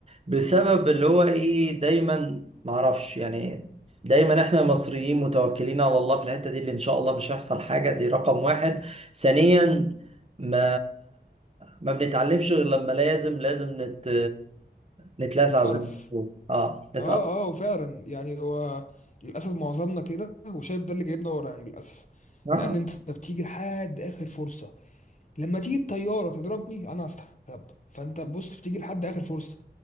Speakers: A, on the right (about 35°); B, on the left (about 45°).
A: بسبب اللي هو ايه دايما معرفش يعني دايما احنا المصريين متوكلين على الله في الحتة دي اللي ان شاء الله مش هيحصل حاجة دي رقم واحد ثانيا ما ما بنتعلمش غير لما لازم لازم نت نتلسع
B: اتقرص
A: زي ما بنقول. اه نتقطع
B: اه اه وفعلا يعني هو للاسف معظمنا كده وشايف ده اللي جايبنا ورا يعني للاسف
A: آه.
B: لان انت بتيجي لحد اخر فرصة لما تيجي الطيارة تضربني انا هستخبى فانت بص بتيجي لحد اخر فرصة